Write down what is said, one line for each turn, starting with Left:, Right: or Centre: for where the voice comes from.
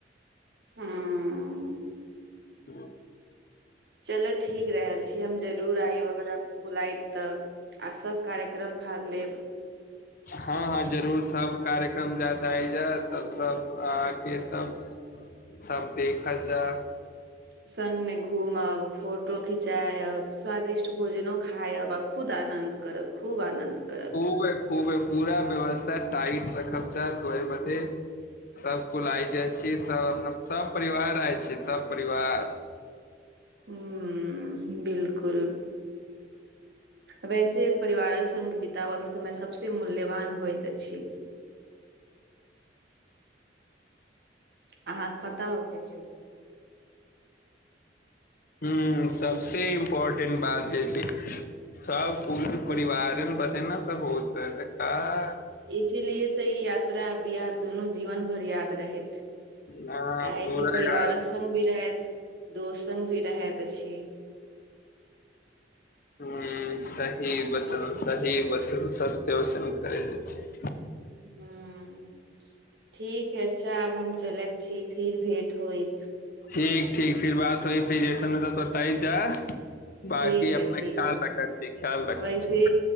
Right: हँ
Left: ह <inaudible>
Right: चल ठीक रहल छी हम जरूर आयब ओकरा बुलायब त आ सब कार्यक्रम भाग लेब
Left: हँ हँ जरूर सभ कार्यक्रम ज्यादा आयज तब सभ अहाँ के तब सब देखय जा
Right: संग मे घूमब फोटो घिचायब स्वादिष्ट भोजनो खायब आ खुद आनंद करब खूब आनन्द करब
Left: खूबे खूबे पूरा व्यवस्था टाइट रखब च त्वये मचे सबकु लाइ जाई छी सब अपना सब परिवार आय छी सब परिवार
Right: हूँ बिलकुल वैसे परिवारक संग बितावल समय सबसे मूल्यवान होइत अछि अहाँके पता होबे केय चहि
Left: हु सबसे इम्पोर्टेंट बात जे छै सब पूरी परिवार बते न सब होत तऽ <unintelligible>
Right: इसीलिए त ई यात्रा बियाह दुनू जीवन भर याद रहे
Left: ह
Right: काहे
Left: पूरा
Right: की परिवारक
Left: यार
Right: स भी रहैत दोस्त स भी रहैत अछि
Left: हु सही वचन सही वचन सत्य वचन करे अछि
Right: हूँ ठीक है अच्छा आब हम चलैत छी फिर भेंट होइत
Left: ठीक ठीक फिर बात होइ फिर जैसे मे तो बताई जा बाकी
Right: ठीक है
Left: अपना
Right: ठीक
Left: ख्याल
Right: है
Left: रखै छी ख्याल रखै
Right: वैसे
Left: छी